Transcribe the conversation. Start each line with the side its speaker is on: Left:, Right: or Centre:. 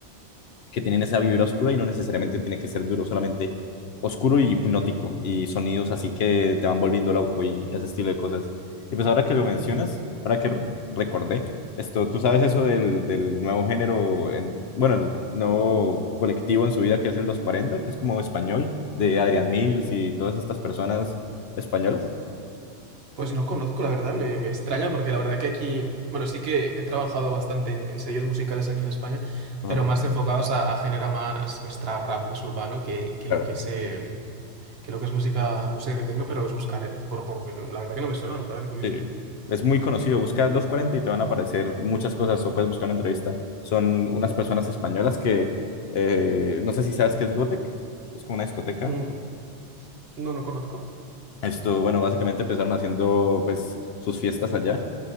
Left: que tienen esa vibra oscura y no necesariamente tiene que ser duro, solamente oscuro y hipnótico y sonidos así que te van volviendo loco y ese estilo de cosas. Y pues ahora que lo mencionas, ahora que r- recordé esto, tú sabes eso del, del nuevo género, en, bueno, el nuevo colectivo en su vida que es el doscientos cuarenta que es como español, de Adrián Mills y todas estas personas españolas.
Right: Pues no conozco, la verdad, me, me extraña porque la verdad que aquí, bueno, sí que he trabajado bastante en, en sellos musicales aquí en España,
Left: Ajá,
Right: pero más enfocados a, a género más, pues, trap, rap, más urbano que, que
Left: claro.
Right: lo que es, eh, que lo que es música, música tecno, pero los buscaré, por, porque la verdad que no me suena, me parece curioso.
Left: Sí, es muy conocido. Busca dos cuarenta y te van a aparecer muchas cosas o puedes buscar una entrevista. Son unas personas españolas que eh, no sé si sabes qué es Gotek. Es como una discoteca.
Right: Mm, no, no conozco.
Left: Esto, bueno, básicamente empezaron haciendo pues sus fiestas allá